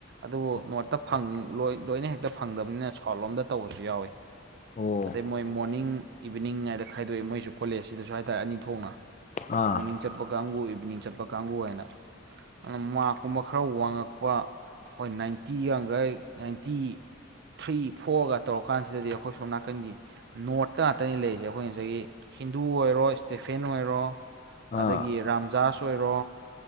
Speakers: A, on the right (about 55°); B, on the left (about 40°).
A: ꯑꯗꯨꯕꯨ
B: ꯑꯣ
A: ꯅꯣꯔꯠꯇ ꯐꯪ ꯂ ꯂꯣꯏꯅ ꯍꯦꯛꯇ ꯐꯪꯗꯕꯅꯤꯅ ꯁ꯭ꯜ ꯂꯣꯝꯗ ꯇꯧꯕꯁꯨ ꯌꯥꯎꯋꯤ
B: ꯑꯣ
A: ꯑꯗꯩ ꯃꯣꯏ ꯃꯣꯔꯅꯤꯡ ꯏꯚꯤꯅꯤꯡꯉꯥꯏꯗ ꯈꯥꯏꯗꯣꯛꯑꯦ ꯃꯣꯏꯁꯨ ꯀꯣꯂꯦꯖꯁꯤꯗꯁꯨ ꯍꯥꯏꯇꯥꯔꯦ ꯑꯅꯤ ꯊꯣꯛꯅ
B: ꯑꯥ
A: ꯃꯣꯔꯅꯤꯡ ꯆꯠꯄ ꯀꯥꯡꯕꯨ ꯏꯚꯤꯅꯤꯡ ꯆꯠꯄ ꯀꯥꯡꯕꯨ ꯍꯥꯏꯅ ꯑꯗꯨ ꯃꯥꯀꯨꯝ ꯈꯔ ꯋꯥꯡꯉꯛꯄ ꯑꯩꯣꯏ ꯅꯥꯏꯟꯇꯤ ꯌꯥꯈꯥꯏ ꯅꯥꯏꯟꯇꯤ ꯊ꯭ꯔꯤ ꯐꯣꯔꯒ ꯇꯧꯔꯀꯥꯟꯁꯤꯗꯗꯤ ꯑꯩꯈꯣꯏꯁꯨ ꯅꯥꯀꯟꯒꯤ ꯅꯣꯔꯠꯀ ꯉꯥꯛꯇꯅꯤ ꯂꯩꯔꯤꯁꯦ ꯑꯩꯈꯣꯏ ꯉꯁꯥꯏꯒꯤ ꯍꯤꯟꯗꯨ ꯑꯣꯏꯔꯣ ꯏꯁꯇꯦꯐꯦꯟ ꯑꯣꯏꯔꯣ
B: ꯑꯥ
A: ꯑꯗꯒꯤ ꯔꯥꯝꯖꯥꯥꯁ ꯑꯣꯏꯔꯣ